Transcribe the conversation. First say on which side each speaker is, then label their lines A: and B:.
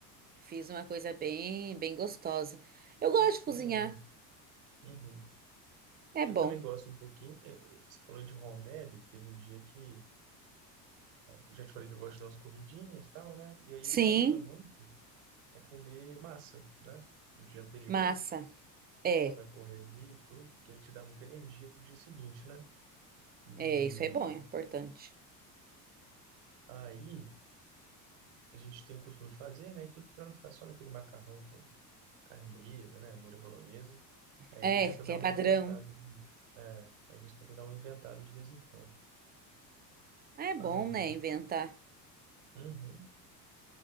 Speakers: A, on the right (about 20°); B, on the right (about 65°).
A: Fiz uma coisa bem, bem gostosa. Eu gosto
B: Que
A: de cozinhar,
B: bom. Uhum.
A: é
B: Eu
A: bom.
B: também gosto um pouquinho. eh, eh, Você falou de rondelli, teve um dia que eu já te falei que eu gosto de dar umas corridinhas e tal, né? E aí
A: Sim,
B: o que ajuda muito é comer massa, né? No dia anterior,
A: massa. É,
B: você vai correr ali e tudo, que aí te dá muita energia pro dia seguinte, né? E
A: é, isso é bom, é importante.
B: aí a gente tem o costume de fazer, né? E tudo para não ficar só naquele macarrão com carne moída, né? Molho bolonhesa. Aí
A: É,
B: a gente tenta
A: que
B: dar
A: é
B: uma
A: padrão.
B: inventada, de- é, a gente tenta dar uma inventada de vez em quando.
A: Ah, é
B: Aí,
A: bom, né, inventar.
B: uhum.